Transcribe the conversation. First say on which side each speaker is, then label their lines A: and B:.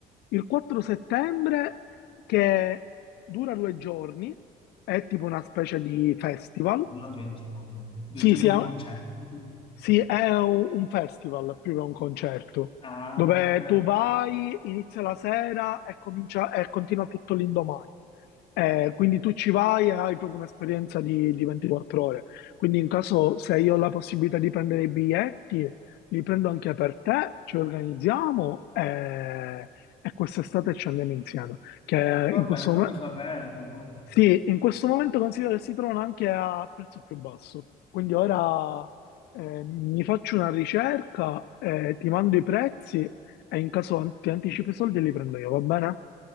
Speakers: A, on the left; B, on the left.
A: Il 4 settembre che dura due giorni, è tipo una specie di festival.
B: durando 20 giorni. Due
A: Sì,
B: giorni
A: sì, è
B: di concerto.
A: sì, è un un festival più che un concerto,
B: Ah,
A: dove
B: ok.
A: tu vai, inizia la sera e, comincia, e continua tutto l'indomani. Eh, quindi tu ci vai e hai proprio un'esperienza di, di 24 ore. Quindi in caso se io ho la possibilità di prendere i biglietti, li prendo anche per te, ci organizziamo eh, e quest'estate ci andiamo insieme. Che
B: Va
A: in questo
B: bene, fammi
A: momento
B: sapere però.
A: sì, in questo momento considero che si trovano anche a prezzo più basso. Quindi ora eh, mi faccio una ricerca, eh, ti mando i prezzi e in caso an- ti anticipo i soldi li prendo io, va bene?